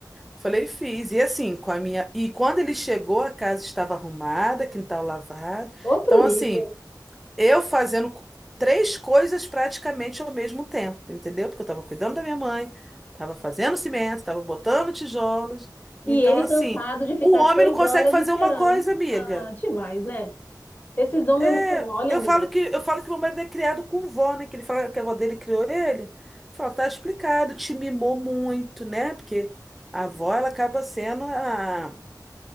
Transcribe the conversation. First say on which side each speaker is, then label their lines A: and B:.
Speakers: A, in the centre; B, on the left (about 25°).
A: Falei, fiz. E assim, com a minha. E quando ele chegou, a casa estava arrumada, quintal lavado.
B: Outro
A: Então,
B: nível.
A: assim, Eu fazendo co- três coisas praticamente ao mesmo tempo, entendeu? Porque eu estava cuidando da minha mãe, estava fazendo cimento, estava botando tijolos.
B: E
A: Então,
B: ele
A: assim,
B: cansado de ficar
A: o homem
B: seis
A: não consegue
B: horas
A: fazer
B: esperando.
A: uma coisa, amiga.
B: Ah, demais, né? Esses homens
A: É,
B: é muito mole,
A: Eu
B: amiga.
A: falo que eu falo que meu marido é criado com vó, né? Que ele fala que a avó dele criou ele. Fala, tá explicado, te mimou muito, né? Porque a avó, ela acaba sendo a,